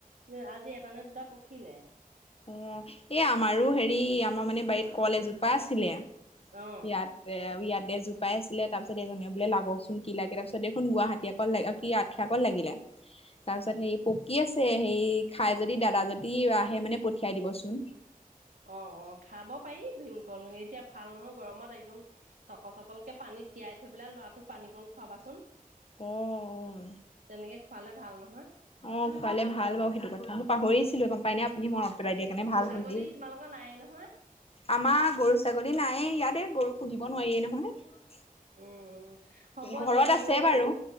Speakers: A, on the right; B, on the left.
A: ৱে আজি এটা নে দুটা পকিলে।
B: অ, এ আমাৰো হেৰি আমাৰ মানে- বাৰীত কল এজোপা আছিলে।
A: অ
B: ইয়াতে আৰু ইয়াত দেজোপাই আছিলে তাৰপিছত এজনে বোলে লাগকচোন কি লাগে তাৰপিছত দেখোন গুৱাহাটী অকল কি আঠি অকল লাগিলে। তাৰপিছত সেই পোক কি আছে সেই খাই যদি দাদা
A: অ।
B: যদি আহে মানে পঠিয়াই দিবচোন।
A: অ অ খাব পাৰি ভীমকল এতিয়া ভাল নহয় গৰমত একদম চকল চকলকে পানীত তিয়াই থৈ পেলাই লৰাটোক পানী কণ খুৱাবাচোন।
B: অ', অ',
A: তেনেকে খোৱালে ভাল নহয়। হা
B: অ খোৱালে ভাল বাৰু সেইটো কথা মই পাহৰিছিলো গম পাই নাই আপুনি মনত পেলাই দিয়া কাৰণে
A: গৰু
B: ভাল
A: ছাগলী
B: হল দেই
A: তোমালোকৰ নাইয়ে নহয়
B: আমাৰ গৰু ছাগলী নাই এই ইয়াত। হে গৰু পুহিব নোৱাৰিয়ে নহয়।
A: উম উম হ'ব
B: ঘৰত
A: দিয়া
B: আছে
A: ময়
B: বাৰু
A: গৰু